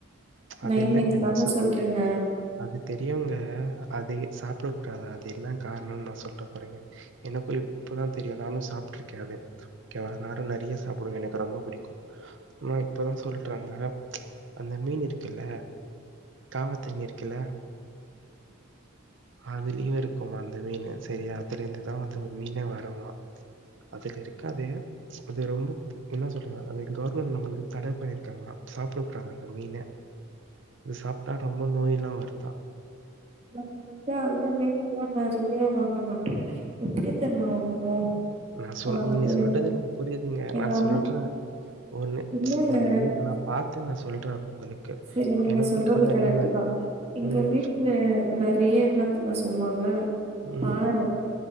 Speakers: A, on the right (about 60°); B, on the right (about 30°).
A: அது
B: நெய்
A: இல்லங்க.
B: மீன் தாங்க
A: நான் சொ
B: சொல்றீங்க
A: அது தெரியுங்க அது எ சாப்புடக்கூடாது அது என்ன கார்ணோன்னு நா சொல்ற பாருங்க எனக்கு இப்பதா தெரியு நானு சாப்டு இருக்கே அது ஓகேவா நானு நெறைய சாப்டுவே எனக்கு ரொம்ப புடிக்கு ஆனா இப்பதா சொல்றாங்க அந்த மீன் இருக்குல்ல காவ தண்ணி இருக்குல அதுலயு இருக்குமா அந்த மீனு செரியா அதுல இருந்துதா அது ஒரு மீனே வருமா அதுல இருக்காதே அது ரொம்ப என்ன சொல்றீங்க அது கவர்மெண்ட் நம்மளுக்கு தட பண்ணிருக்காங்களா சாப்ட கூடாதா அந்த மீன அது சாப்டா ரொம்ப நோய்லா வருதா
B: நாங்க வந்து அந்த மீன் எல்லா நறைய வாங்க மாட்டோ எப்டி தெரியுமா வாங்குவோ
A: நா சொல்
B: ஆ
A: உன்
B: அது
A: நீ சொல்றது எனக்கு புரியுதுங்க
B: எங்க
A: நா
B: அம்மா
A: சொல்றே ஒன்னு
B: இல்லங்க
A: ஒரு நா பாத்து நா சொல்றே உங்களுக்கு
B: செரி நீங்க
A: எனக்கும்
B: சொல்றது
A: இப்பதான்
B: கரெக்ட்
A: ரீசென்ட்டா
B: தா எங்க
A: ம்,
B: வீட்டுல நறைய என்னத்தெரிமா சொல்லுவாங்க
A: ம்,
B: பாற